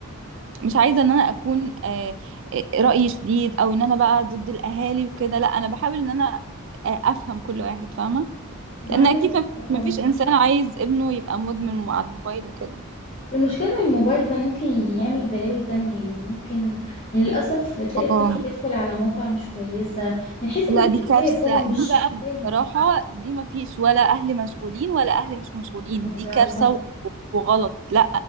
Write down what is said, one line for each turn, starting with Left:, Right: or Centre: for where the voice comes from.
Right: مش عايزة ان انا اكون آه، آه، رأيي شديد او ان انا بقى ضد الاهالي وكده لا انا بحاول ان انا آه، افهم كل واحد فاهمة
Left: ده
Right: لان
Left: عندك
Right: اكيد مف-
Left: حق
Right: مفيش
Left: طبعا
Right: انسان عايز ابنه يبقى مدمن على الموبايل وكده
Left: المشكله ان الموبايل ده ممكن يعمل بلاوي تانية يعني ممكن يعني للاسف تلاقي
Right: اه
Left: الطفل بيدخل على مواقع مش كويسه من حيث
Right: لا
Left: الاستكشاف
Right: دي كارثة
Left: هو مش
Right: دي بقى
Left: فاهم
Right: بصراحة دي ما فيش ولا أهل مشغولين ولا أهل مش مشغولين دي
Left: ده
Right: كارثة
Left: صح
Right: و- وغلط لا